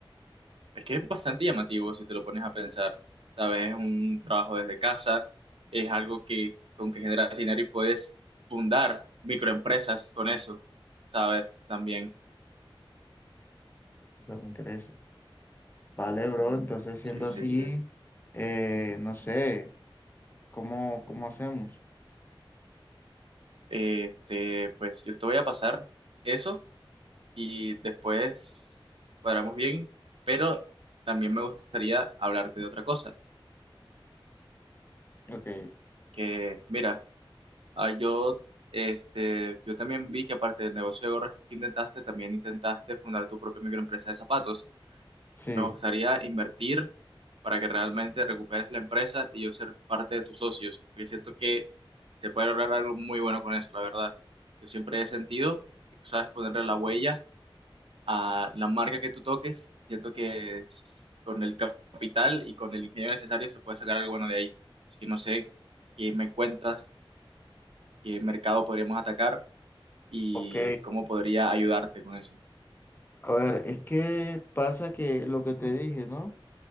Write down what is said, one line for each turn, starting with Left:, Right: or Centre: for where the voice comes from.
Right: Es que es bastante llamativo si te lo pones a pensar, ¿sabes? Es un trabajo desde casa, es algo que con que generas dinero y puedes fundar microempresas con eso, ¿sabes? También.
Left: eso me interesa. Vale, bro, entonces siendo
Right: Sí, sí,
Left: así,
Right: sí.
Left: eh, no sé, ¿cómo, cómo hacemos?
Right: Este, pues yo te voy a pasar eso y después cuadramos bien, pero también me gustaría hablarte de otra cosa,
Left: Ok,
Right: que mira, Ah, yo, este, yo también vi que aparte del negocio de gorras que intentaste, también intentaste fundar tu propia microempresa de zapatos.
Left: sí,
Right: Me gustaría invertir para que realmente recuperes la empresa y yo ser parte de tus socios, porque siento que se puede lograr algo muy bueno con eso, la verdad. Yo siempre he sentido que tú sabes ponerle la huella a la marca que tú toques y siento que s- con el cap- capital y con el ingenio necesario se puede sacar algo bueno de ahí. Así que no sé qué me cuentas, qué mercado podríamos atacar y
Left: ok.
Right: cómo podría ayudarte con eso.
Left: A ver, es que pasa que lo que te dije, ¿no?